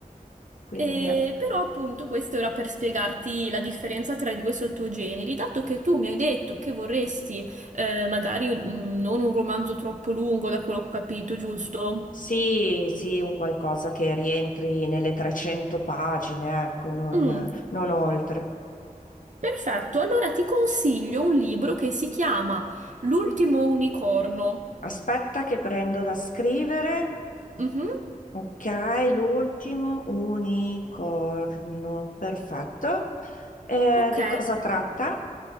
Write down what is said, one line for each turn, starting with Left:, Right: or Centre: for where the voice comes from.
Left: Quindi
Right: E
Left: mi...
Right: però appunto questo era per spiegarti la differenza tra i due sottogeneri, dato che tu mi hai detto che vorresti eh, magari un- non un romanzo troppo lungo, da quello che ho capito, giusto?
Left: Sì, sì, un qualcosa che rientri nelle 300 pagine, ecco, non,
Right: Mm,
Left: non oltre.
Right: perfetto, allora ti consiglio un libro che si chiama L'ultimo unicorno.
Left: Aspetta che prendo da scrivere
Right: Mhm,
Left: Ok, l'ultimo unicorno, perfetto. Eh,
Right: Ok,
Left: di cosa tratta?